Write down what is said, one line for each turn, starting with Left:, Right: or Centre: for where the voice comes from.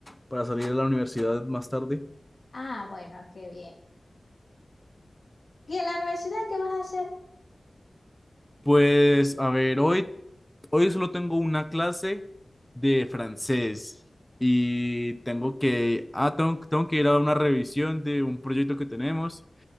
Centre: para salir de la universidad más tarde.
Left: Ah, bueno, qué bien. ¿Y en la universidad qué vas a hacer?
Centre: Pues a ver, hoy, hoy solo tengo una clase de francés y tengo que, ah, tengo, tengo que ir a una revisión de un proyecto que tenemos